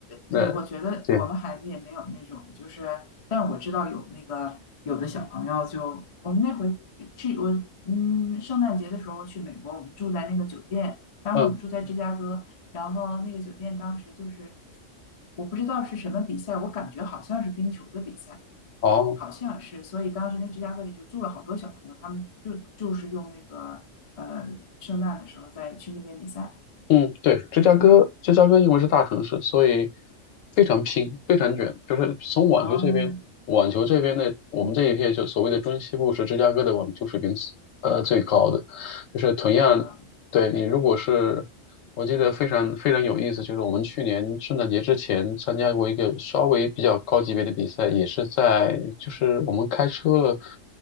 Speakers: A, on the left; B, on the left.
A: 那
B: 对，我觉得我们孩子也没有那种，
A: 对，
B: 就是，但我知道有那个有的小朋友就，我们那回去我嗯，圣诞节的时候去美国，我们住在那个酒店，当时我们住在芝加哥，
A: 嗯，
B: 然后那个酒店当时就是我不知道是什么比赛，我感觉好像是冰球的比赛，
A: 哦。
B: 好像是，所以当时那芝加哥里就住了好多小朋友，他们就就是用那个呃圣诞的时候再去那边比赛，
A: 嗯，对，芝加哥，
B: 嗯，
A: 芝加哥因为是大城市，所以非常拼，非常卷。就是从网球这边，
B: 哦，
A: 网球这边的我们这一片，就所谓的中西部是芝加哥的网球水平是呃最高的，就是同样对你如果是，
B: 芝加哥，
A: 我记得非常非常有意思，就是我们去年圣诞节之前参加过一个稍微比较高级别的比赛，也是在就是我们开车了，